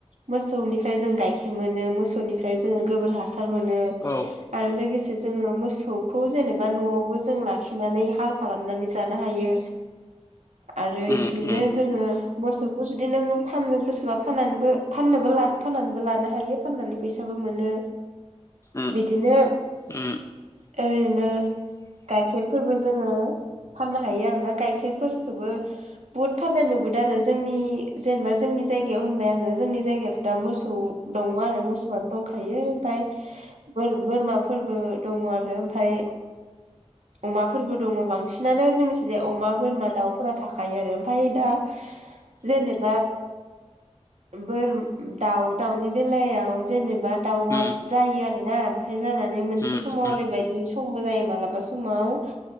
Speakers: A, on the right; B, on the left.
A: मोसौनिफ्राय जों गाइखेर मोनो मोसौनिफ्राय जोङो गोबोर हासार मोनो
B: औ
A: आरो लोगोसे जोङो मोसौखौ जेनेबा न'आवबो जों लाखिनानै हाल खालामनानै जानो हायो आरो
B: उम
A: बिदिनो
B: उम
A: जोङो मोसौखौ जुदि नों फाननो गोसोबा फाननानैबो फाननोबो फाननानैबो लानो हायो फाननानै फैसाबो मोनो
B: उम
A: बिदिनो
B: उम
A: ओरैनो गाइखेरफोरबो जोङो फाननो हायो आरोना गाइखेरफोरखोबो बुहुद फाननाय नुबोदों आरो जोंनि जेनेबा जोंनि जायगायाव होनबाय आङो जोंनि जायगायावथ' दा मोसौ दङ आरो मोसौआनो दंखायो ओमफ्राय बोर-बोरमाफोरबो दङ आरो ओमफाय अमाफोरबो दङ बांसिनानो जोंनिथिंजाय अमा बोरमा दाउफोरा थाखायो आरो ओमफ्राय दा जेनेबा बोर दाउ दाउनि बेलायाव जेनेबा दाउआ
B: उम
A: जायो आरोना ओमफाय जानानै मोनसे
B: उम
A: समाव ओरैबायदि समबो जायो मालाबा समाव